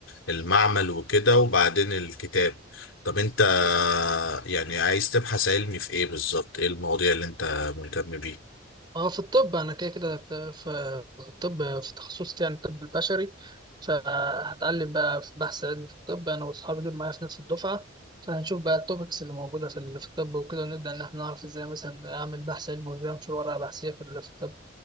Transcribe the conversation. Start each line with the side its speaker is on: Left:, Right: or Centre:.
Left: المعمل وكده وبعدين الكتاب طب انت آه، يعني عايز تبحث علمي في ايه بالظبط ايه المواضيع اللي انت مهتم بيه
Right: اه في الطب انا كده كده في في الطب في تخصصي يعني الطب البشري فهتعلم بقى في بحث علمي في الطب انا واصحابي دول معايا في نفس الدفعه فهنشوف بقى التوبكس اللي موجوده في ال- في الطب وكده ونبدا ان احنا نعرف ازاي مثلا اعمل بحث علمي وازاي انشر ورقه بحثيه في ال- في الطب